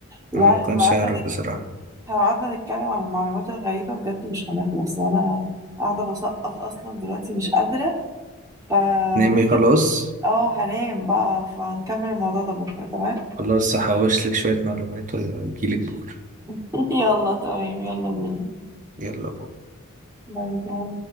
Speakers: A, on the right; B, on the right.
A: لا
B: انا ما
A: احنا
B: كنتش
A: لو قعدنا
B: اعرف
A: احنا
B: بصراحة
A: لو قعدنا نتكلم عن المعلومات الغريبة بجد مش هنخلص وانا قاعدة بسقط اصلا دلوقتي مش قادرة فممكن
B: نامي خلاص
A: اه هنام بقى فهنكمل الموضوع ده بكرة تمام
B: خلاص هحوش لك شوية معلومات واجيلك بكرة
A: <laughs> يلا تمام يلا بينا
B: يلا بكرة
A: باي باي